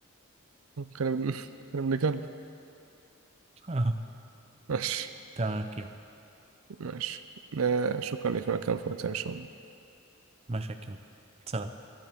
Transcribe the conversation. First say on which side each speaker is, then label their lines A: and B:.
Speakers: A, on the right (about 70°); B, on the right (about 25°).
A: كلام <laughs> كلام لكلب
B: <laughs>
A: ماشي
B: تمام كده
A: ماشي آه، شكرا لك على الكلام في وقتها إن شاء الله
B: ماشي يا كيمو سلام